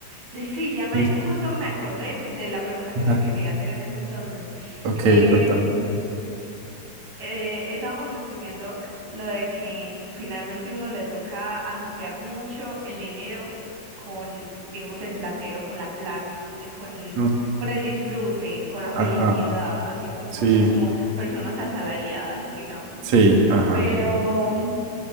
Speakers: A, on the right; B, on the right.
A: Sí, sí, ya me,
B: Sí,
A: justo me acordé de la pregunta que
B: Ajá.
A: te quería hacer en ese entonces.
B: Ok, contame.
A: Em, eh, estábamos discutiendo lo de que finalmente uno le toca asociar mucho el dinero con, digamos, el placer o con la plata, con,
B: No,
A: con el disfrute, con la felicidad,
B: Ajá,
A: a cierto
B: sí,
A: punto, como personas asalariadas, digamos.
B: sí, ajá,
A: Pero